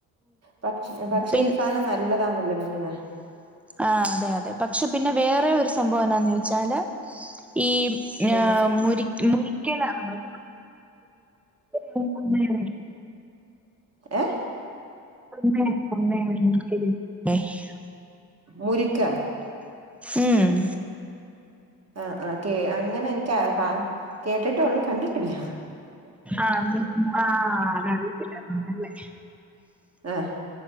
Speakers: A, on the right; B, in the centre.
A: പക് പക്ഷെ
B: പിൻ
A: ഈ സാധനം നല്ലതാന്നല്ലേ പറയ്ണേ
B: ആഹ് അതെ അതെ പക്ഷെ പിന്നെ വേറെയൊരു സംഭവം എന്നാന്നോയിച്ചാല് ഈ
A: ഏഹ്
B: ഞാം മുരിക് മുരി ക്ക്യലാ നമ്മള് <unintelligible>
A: ഏഹ്
B: <unintelligible>
A: മുരിക്കാ
B: ഉം
A: ആഹ് കേ അങ്ങനെനിക്ക്കാ കേട്ടിട്ടേള്ളൂ കണ്ടിട്ടില്ല
B: ആഹ് ഉം ആഹ് അറിയത്തില്ലാത്തോണ്ടല്ലേ
A: ആഹ്